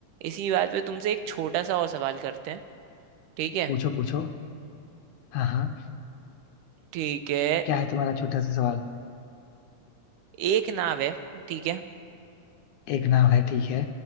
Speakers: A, on the right; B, on the left.
A: इसी बात पे तुमसे एक छोटा सा और सवाल करते हैं ठीक है
B: पूछो पूछो हाँ हाँ
A: ठीक है
B: क्या है तुम्हारा छोटा सा सवाल
A: एक नाव है ठीक है
B: एक नाव है ठीक है